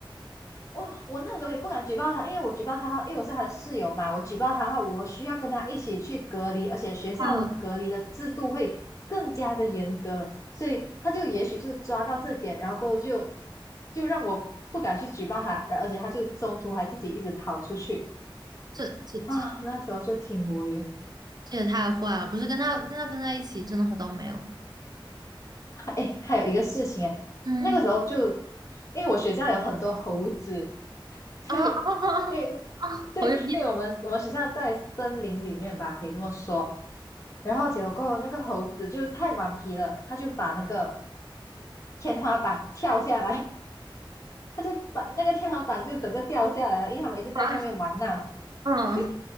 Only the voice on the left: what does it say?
我我那时候也不敢举报他，因为我举报他，他因为我是他的室友嘛，我举报他的话，我需要跟他一起去隔离，而且学校的隔离的制度会更加的严格，
所以他就也许就抓到这点，然后过后就就让我不敢去举报他，然后而且他就中途还自己一直跑出去
啊，那时候就挺无语。
哎，还有一个事情哎，
那个时候就因为我学校有很多猴子，<laughs> 对，
因为
对，因为我们我们学校在森林里面吧，可以这么说。然后结果那个猴子就太顽皮了，他就把那个天花板跳下来，<laughs> 他就把那个天花板就整个掉下来了，因为他们一直在上面玩闹。
<laughs>